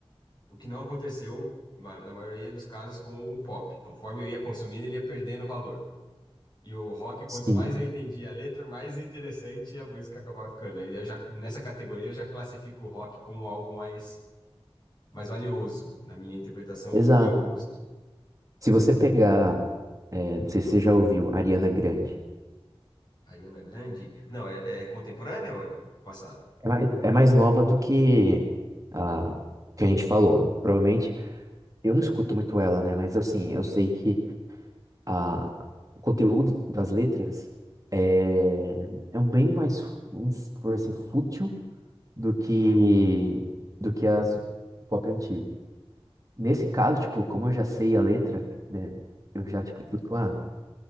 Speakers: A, on the left; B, on the right.
A: o que não aconteceu ma- na maioria dos casos com o pop. Conforme eu ia consumindo, ele ia perdendo valor. E o rock, quanto
B: Sim,
A: mais eu entendia a letra, mais interessante a música acabava ficando. E eu já, nessa categoria, eu já classifico o rock como algo mais mais valioso, na minha interpretação,
B: exato.
A: ou para o meu gosto.
B: Se você pegar, é, não sei se você já ouviu, Ariana Grande,
A: Ariana Grande? Não, é, é contemporânea ou é do passado?
B: é mais, é mais nova do que a que a gente falou, né? Provavelmente, eu não escuto muito ela, né? Mas assim, eu sei que a, o conteúdo das letras é, é um bem mais, vamos por assim, fútil do que
A: Uhum,
B: do que as pop antigo. Nesse caso, tipo, como eu já sei a letra, né? Eu já, tipo, fico, ah, a